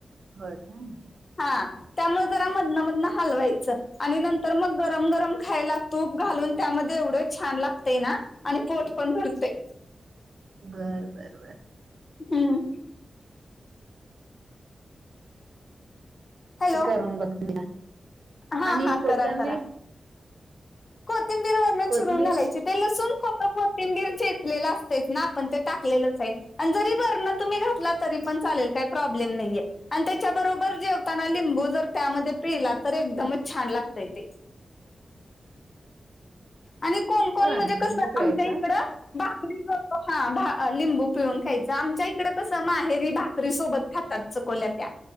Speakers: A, on the right; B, on the left.
A: हो का
B: हा त्यामुळे जरा मधन मधनं हलवायचं आणि नंतर मग गरम गरम खायला तूप घालून त्यामध्ये एवढं छान लागते ना आणि पोट पण भरते
A: बर बर बर
B: हम्म हॅलो
A: क करून बघते ना
B: हा
A: आणि
B: हा
A: कोथंबीर
B: करा करा कोथिंबीर वरणात
A: कोथंबीर?
B: चिरून घालायची ते लसूून खोतं कोतिंबीर चेचलेलं असत ना आपण ते टाकलेलंच आहे आणि जरी वर्ण तुम्ही घातला तरी पण चालेल काही प्रॉब्लेम नाहीये आणि त्याच्याबरोबर जेवताना लिंबू जर त्यामध्ये पिला तर एकदमच छान लागतय ते आणि कोण
A: होय,
B: कोण म्हणजे
A: लिंबू
B: कसं
A: पिळायचा?
B: आमच्या इकडं बा
A: <inaudible>
B: हा भा लिंबू पिळून खायचं आमच्या इकडे तसं माहेरी भाकरी सोबत खातात चकोल्या त्या